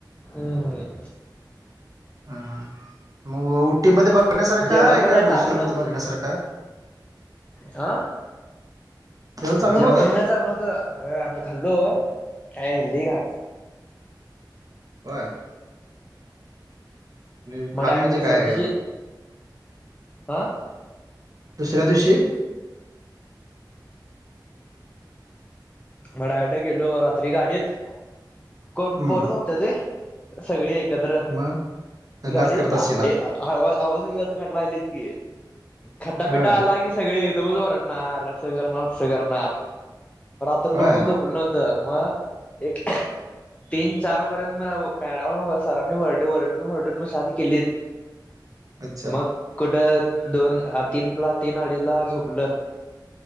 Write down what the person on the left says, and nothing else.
हम्म हम्
जेवण
पण
काय चांगलं
आ
जेवण
पण चांगल नव्हत आम्ही खाल्लो काय ले घान
मग डायरेक्ट
दुसऱ्या
दिवशी हं
म डायरेक्ट गेलो रात्री गाडीत कोण
पोर झोपत्यात होय. सगळी एकत्र
गाडीत
ए आवा आवाज बिवाज काढाय लागलीत की खड्डा
बिडा आला की सगळी एकदमच वरडणार असं करणार तस करणार कोण
झोपल नव्हत मग एक तीन चार पर्यंत मग मॅडम सरांनी वरडून वरडून वरडून म शांत केलीत
मग कुठं दोन तीन ला तीन अडीजला झोपलं